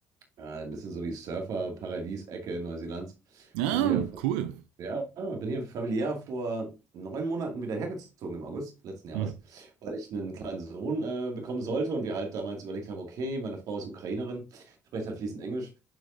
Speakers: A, on the right; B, on the right.
A: ja, ein bisschen so die Surfer-Paradies-Ecke Neuseelands.
B: Ja,
A: Bin hier von
B: cool.
A: Ja, bin hier familiär vor neun Monaten wieder hergezogen im August letzten Jahres,
B: Hm.
A: weil ich einen kleinen Sohn äh, bekommen sollte und wir halt damals überlegt haben, okay, meine Frau ist Ukrainerin, spricht halt fließend Englisch